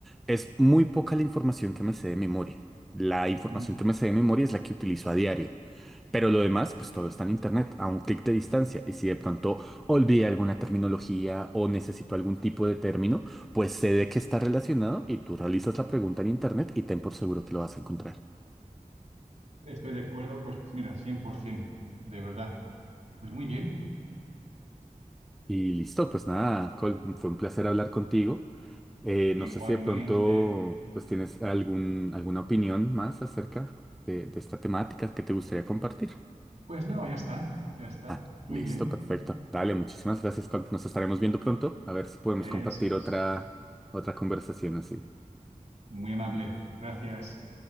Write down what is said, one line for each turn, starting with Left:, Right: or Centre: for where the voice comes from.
Centre: es muy poca la información que me sé de memoria. La información
Right: ujú.
Centre: que me sé de memoria es la que utilizo a diario. Pero lo demás, pues todo está en internet, a un clic de distancia. Y si de pronto olvidé alguna terminología o necesito algún tipo de término, pues sé de qué está relacionado y tú realizas la pregunta en internet y ten por seguro que lo vas a encontrar.
Right: Estoy de acuerdo, pues mira, 100%, de verdad. Pues muy bien.
Centre: Y listo, pues nada, Col, fue un placer hablar contigo. Eh, no
Right: Igualmente,
Centre: sé si de pronto pues tienes algún, alguna opinión más acerca de, de esta temática que te gustaría compartir.
Right: pues no, ya está, ya está.
Centre: Ah,
Right: Muy
Centre: listo,
Right: bien.
Centre: perfecto. Dale, muchísimas gracias. Col. Nos estaremos viendo pronto. A ver si podemos
Right: Eso
Centre: compartir otra,
Right: es.
Centre: otra conversación así.
Right: Muy amable. Gracias.